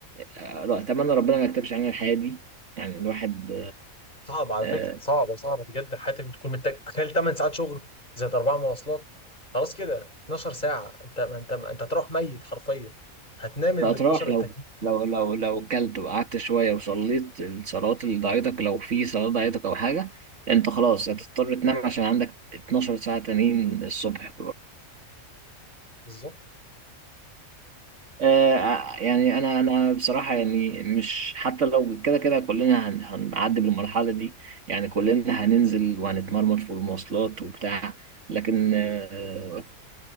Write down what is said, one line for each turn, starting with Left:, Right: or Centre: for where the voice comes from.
Right: آه، أتمنى ربنا ما يكتبش علينا الحياة دي يعني الواحد
Left: صعب على
Right: آه،
Left: فكره صعبه صعبه بجد حياتك بتكون محتاج تخيل 8 ساعات شغل زائد اربع مواصلات خلاص كده 12 ساعه انت ما انت ما انت هتروح ميت حرفيا هتنام ال
Right: فأتراح
Left: 12 التانيين
Right: لو لو لو لو كلت وقعدت شوية وصليت الصلوات اللي ضايعتك لو في صلاة ضايعتك أو حاجة أنت خلاص
Left: خلاص
Right: هتضطر
Left: كده
Right: تنام عشان عندك 12 ساعة تانيين الصبح
Left: بالظبط
Right: آه، يعني انا انا بصراحه يعني مش حتى لو كده كده كلنا هن- هنعدي بالمرحله دي يعني كلنا هننزل وهنتمرمط في المواصلات وبتاع لكن آه،